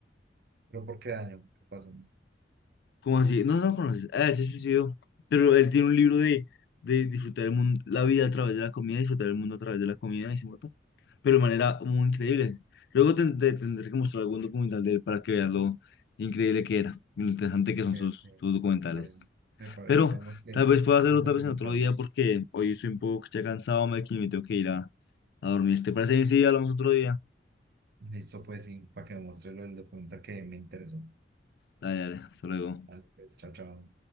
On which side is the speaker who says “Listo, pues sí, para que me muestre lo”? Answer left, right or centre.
Right